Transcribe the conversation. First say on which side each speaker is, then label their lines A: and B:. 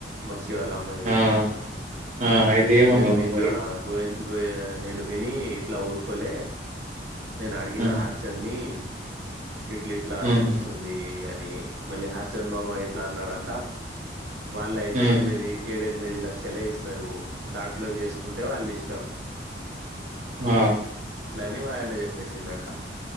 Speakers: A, on the right; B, on the right.
A: మచ్చి వాళ్ళ అమ్మాయిది
B: ఆ ఆ అయితే ఏమన్నావు
A: నేను
B: నువ్వు
A: విన్నా
B: మరి
A: గోవింద్ గోయె నేను విని ఇట్లా ఊరుకోలే నేను అడిగిన
B: ఆ
A: హరి చంద్ ని ఇట్ల ఇట్లా
B: హ్మ్
A: తెలుస్తుంది అన్ ని మళ్ళీ హరిచంద్ మామ ఇట్లా అన్నాడంట వాళ్ళ అయితే
B: హ్మ్
A: ఎనిమిది ఏడె ఎన్ ఎనిమిది లక్షలే ఇస్తరు దాంట్లో చేసుకుంటే వళ్ళీ ఇష్టం.
B: ఆ
A: అని ఆయన చెప్పేసిండ అంట